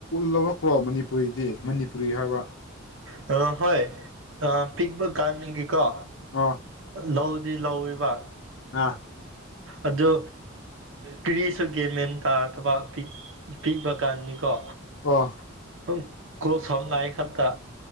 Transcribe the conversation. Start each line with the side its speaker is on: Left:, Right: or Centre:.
Left: ꯂꯧꯔꯛꯄ꯭ꯔꯣ ꯃꯅꯤꯄꯨꯔꯤꯗꯤ ꯃꯅꯤꯄꯨꯔꯤ ꯍꯥꯏꯕ
Right: ꯑ ꯍꯣꯏ ꯑ ꯄꯤꯛꯄ ꯀꯥꯟꯅꯤꯒꯤꯀꯣ
Left: ꯑꯥ
Right: ꯂꯧ ꯗꯤ ꯂꯧꯋꯦꯕ
Left: ꯑꯥ
Right: ꯑꯗꯨ ꯀ꯭ꯔꯤꯁꯨ ꯒ꯭ꯌꯥꯟꯃꯦꯟ ꯇꯥꯗꯕ ꯄꯤꯛ ꯄꯤꯛꯄ ꯀꯥꯟꯅꯤꯀꯣ
Left: ꯑꯣ
Right: ꯍ ꯀꯣꯛ ꯁꯝ ꯂꯥꯏ ꯈꯛꯇ